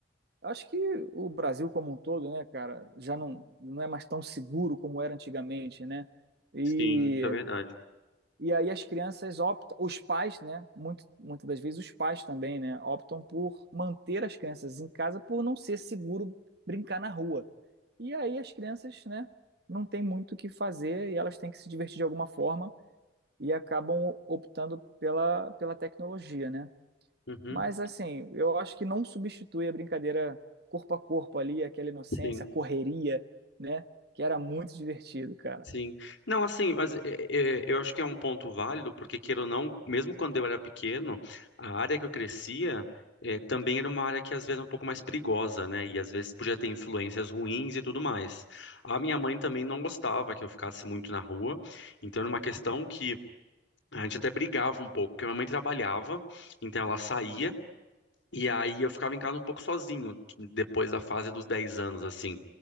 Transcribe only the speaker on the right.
eu acho que o Brasil como um todo, né, cara, já não, não é mais tão seguro como era antigamente, né? E
e aí as crianças optam, os pais, né? Muito, muitas das vezes os pais também, né? Optam por manter as crianças em casa por não ser seguro brincar na rua. E aí as crianças, né? Não tem muito o que fazer e elas têm que se divertir de alguma forma e acabam optando pela, pela tecnologia, né?
Mas assim, eu acho que não substitui a brincadeira corpo a corpo ali, aquela inocência,
a correria, né? Que era muito divertido, cara.